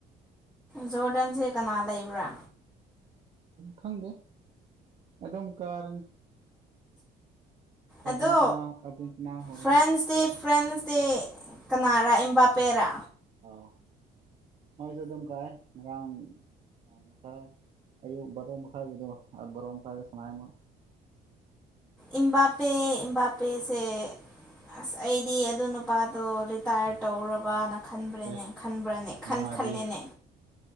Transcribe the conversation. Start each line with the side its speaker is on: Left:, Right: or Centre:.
Centre: ꯖꯣꯔꯗꯟꯁꯦ ꯀꯅꯥ ꯂꯩꯕ꯭ꯔꯥ
Right: ꯈꯪꯗꯦ ꯑꯗꯨꯝ ꯀꯥꯔꯅꯤ ꯑꯥꯔꯖꯦꯟꯇꯤꯅꯥ
Centre: ꯑꯗꯣ
Right: ꯑꯥꯔꯖꯦꯟꯇꯤꯅꯥ ꯍꯣꯏꯗꯣ
Centre: ꯐ꯭ꯔꯦꯟꯁꯇꯤ ꯐ꯭ꯔꯦꯟꯁꯇꯤ ꯀꯅꯥꯔꯥ ꯏꯝꯕꯥꯄꯦꯔꯥ
Right: ꯑꯣ ꯃꯣꯏꯁꯨ ꯑꯗꯨꯝ ꯀꯥꯏ ꯉꯔꯥꯡ ꯉꯁꯥꯏ ꯑꯌꯨꯛ ꯕꯔꯣ ꯃꯈꯥꯏꯒꯤꯗꯣ ꯕꯔꯣ ꯃꯈꯥꯏꯒꯤꯗꯣ ꯁꯅꯩ ꯃꯣꯏ
Centre: ꯏꯝꯕꯥꯄꯦ ꯏꯝꯕꯥꯄꯦꯁ ꯑꯁ ꯑꯩꯗꯤ ꯑꯗꯨ ꯅꯨꯄꯥꯗꯣ ꯔꯤꯇꯥꯌꯔ ꯇꯧꯔꯕ ꯈꯟꯕ꯭ꯔꯅꯦ
Right: ꯑꯦ
Centre: ꯈꯟꯕ꯭ꯔꯅꯦ ꯈꯟ
Right: ꯃꯥꯗꯤ
Centre: ꯈꯜꯂꯦꯅꯦ